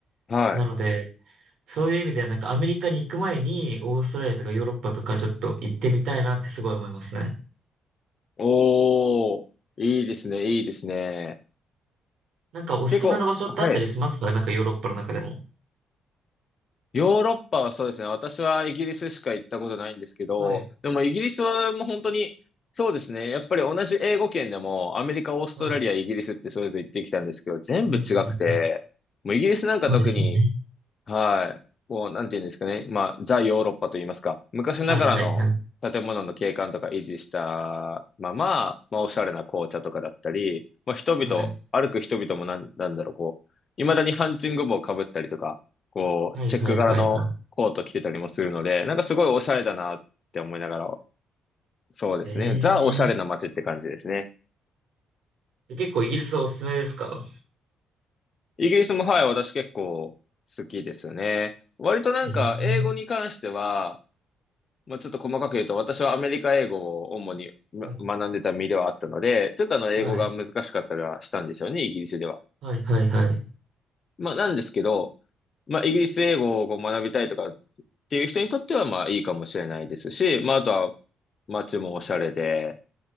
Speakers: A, on the left; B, on the right.
A: はい。
B: なので、そういう意味ではなんかアメリカに行く前にオーストラリアとかヨーロッパとかちょっと行ってみたいなってすごい思いますね。
A: おー、いいですね、いいですね。
B: なんかおすすめの場所ってあったりしますかなんかヨーロッパの中でも。
A: 結構、はい。ヨーロッパはそうですね。私はイギリスしか行ったことないんですけど、
B: はい。
A: でもイギリスはもう本当に、そうですね。やっぱり同じ英語圏でも、アメリカ、オーストラリア、
B: はい。
A: イギリスってそれぞれ行ってきたんですけど、全部違くて、
B: うんうん。
A: もうイギリスなんか特に
B: そうですね。
A: はい。こう、なんていうんですかね。まあ、ザ・ヨーロッパと言いますか。昔ながらの建物の景観とか維持したまま、
B: はいはいはい。
A: まあ、おしゃれな紅茶とかだったり、まあ、人々、
B: はい。
A: 歩く人々もなん、なんだろう、こう、未だにハンチング帽をかぶったりとか、こう、
B: はいはいはいはい。
A: チェック柄のコート着てたりもするので、なんかすごいおしゃれだなって思いながら、そうですね。
B: え
A: ザ・おしゃれな街って感じですね。
B: え結構イギリスはおすすめですか
A: イギリスも、はい、私結構好きですね。割となんか、
B: ええ
A: 英語に関しては、もうちょっと細かく言うと、私はアメリカ英語を主にま学んでた身ではあったので、
B: はい。
A: ちょっとあの英語が難しかったりはしたんですよね、
B: はい。
A: イギリスでは。
B: はいはいはい。
A: まあなんですけど、まあイギリス英語をこう学びたいとかっていう人にとってはまあいいかもしれないですし、まああとは街もおしゃれで、